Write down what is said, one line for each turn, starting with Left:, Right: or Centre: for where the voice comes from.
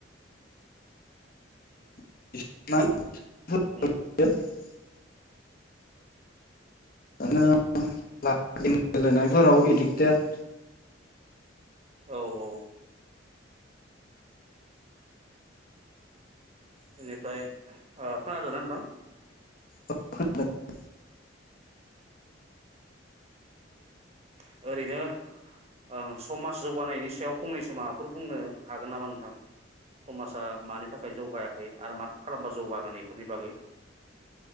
Left: <unintelligible>
Right: उम
Left: <unintelligible> खेला गेलेनायफोराव एडिक्टेड
Right: औ औ बेनिफ्राय ओ खोनादोंना नोंथां
Left: <unintelligible>
Right: अ ओरैनो ओ समाज जौगानायनि सायाव फंनैसो माबाफोर बुंनो हागोन नामा नोंथां समाजा मानि थाखाय जौगायाखै आपो मा खालामबा जौगागोन बेफोरनि बागै।